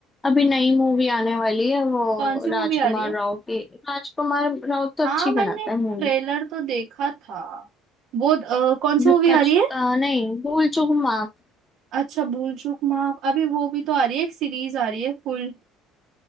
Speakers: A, on the left (about 15°); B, on the right (about 60°).
A: अभी नई मूवी आने वाली है वो
B: कौन सी मूवी
A: राजकुमार
B: आ रही है
A: राव की राजकुमार राव तो
B: हाँ
A: अच्छी
B: मैंने
A: बनाता
B: ट्रेलर
A: है मूवी
B: तो देखा था वो अ, कौन सी
A: जो
B: मूवी
A: कच
B: आ रही है
A: अ, नहीं भूल चूक माफ
B: अच्छा भूल चूक माफ अभी वो भी तो आ रही है एक सीरीज आ रही है फुल